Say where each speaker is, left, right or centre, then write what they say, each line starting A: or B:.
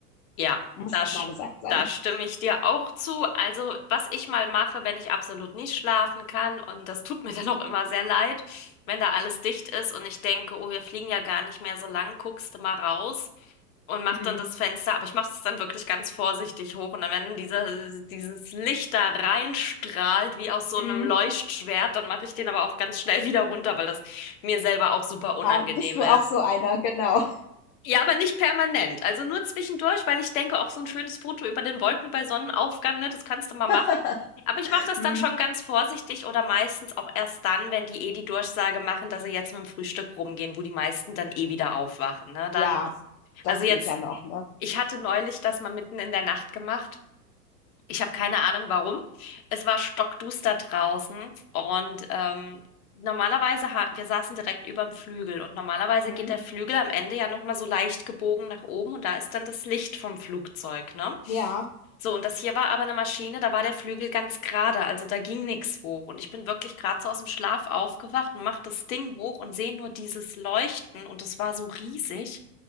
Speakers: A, on the left; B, on the left.
A: Ja,
B: muss
A: da,
B: auch
A: sch-
B: mal gesagt sein.
A: da stimme ich dir auch zu. Also, was ich mal mache, wenn ich absolut nicht schlafen kann, und das tut mir <laughs> dann auch immer sehr leid, wenn da alles dicht ist und ich denke, oh, wir fliegen ja gar nicht mehr so lang, guckst du mal raus und mach
B: Mm,
A: dann das Fenster, aber ich mache es dann wirklich ganz vorsichtig hoch und dann, wenn dann dieser, dieses Licht da reinstrahlt, wie aus so
B: mm.
A: einem Leuchtschwert, dann mache ich den aber auch ganz schnell <laughs> wieder runter, weil das mir selber auch super unangenehm
B: Ah, bist du
A: ist.
B: auch so einer, genau.
A: Ja, aber nicht permanent. Also nur zwischendurch, weil ich denke, auch so ein schönes Foto über den Wolken bei Sonnenaufgang, ne, das kannst du mal machen.
B: <laughs>
A: Aber ich mache das
B: Mm,
A: dann schon ganz vorsichtig oder meistens auch erst dann, wenn die eh die Durchsage machen, dass sie jetzt mit dem Frühstück rumgehen, wo die meisten dann eh wieder aufwachen. Ne?
B: ja,
A: Dann,
B: das
A: also jetzt,
B: geht ja noch, ne?
A: ich hatte neulich das mal mitten in der Nacht gemacht. Ich habe keine Ahnung warum. Es war stockduster draußen und ähm, normalerweise, ha wir saßen direkt über dem Flügel und normalerweise
B: Mm,
A: geht der Flügel am Ende ja nochmal so leicht gebogen nach oben und da ist dann das Licht vom Flugzeug, ne?
B: ja.
A: So, und das hier war aber eine Maschine, da war der Flügel ganz gerade, also da ging nichts hoch. Und ich bin wirklich gerade so aus dem Schlaf aufgewacht und mach das Ding hoch und sehe nur dieses Leuchten und es war so riesig.